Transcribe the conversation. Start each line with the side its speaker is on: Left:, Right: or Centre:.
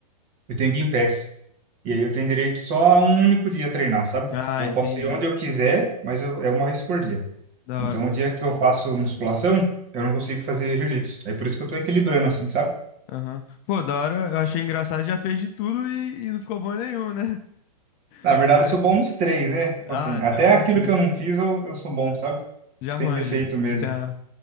Right: eu tenho Gympass. E aí eu tenho direito só a um único dia treinar, sabe?
Left: Ah,
Right: Então
Left: entendi.
Right: eu posso ir onde eu quiser, mas eu, é uma vez por dia.
Left: Da
Right: Então
Left: hora.
Right: o dia que eu faço musculação, eu não consigo fazer jiu-jitsu. É por isso que eu tô equilibrando assim, sabe?
Left: Aham. Pô, da hora, eu achei engraçado, já fez de tudo e, e não ficou bom nenhum, né? <laughs>
Right: Na verdade
Left: Mas.
Right: eu sou bom nos três, né? Tipo
Left: Ah,
Right: assim, até
Left: você é monstro.
Right: aquilo que eu não fiz eu, eu sou bom, sabe?
Left: Já
Right: Sem
Left: manja,
Right: ter feito mesmo.
Left: já tem a...